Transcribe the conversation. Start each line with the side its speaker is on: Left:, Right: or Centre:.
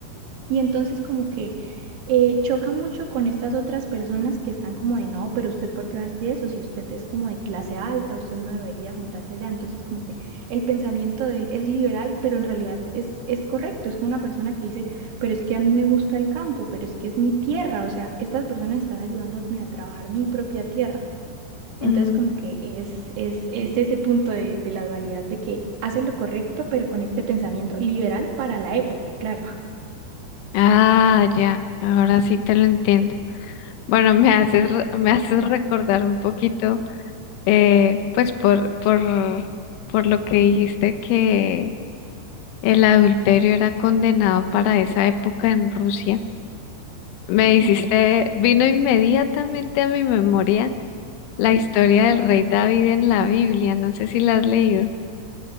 Right: Y entonces como que eh, choca mucho con estas otras personas que están como de no, pero usted por qué va a hacer eso, si usted es como de clase alta, usted no debería juntarse allá. Entonces, como que el pensamiento de él es liberal, pero en realidad es, es correcto. Es como una persona que dice, pero es que a mí me gusta el campo, pero es que es mi tierra. O sea, estas personas están ayudándome a trabajar mi propia tierra. Entonces,
Left: Mm,
Right: como que es, es, es ese punto de, de la dualidad de que hace lo correcto, pero con este pensamiento liberal para la época, claro. <laughs>
Left: Ah, ya, ahora sí te lo entiendo. Bueno, me haces, re- me haces recordar un poquito, eh, pues por, por, por lo que dijiste que el adulterio era condenado para esa época en Rusia. Me
Right: Sí,
Left: hiciste, vino inmediatamente a mi memoria la historia del rey David en la Biblia. No sé si la has leído.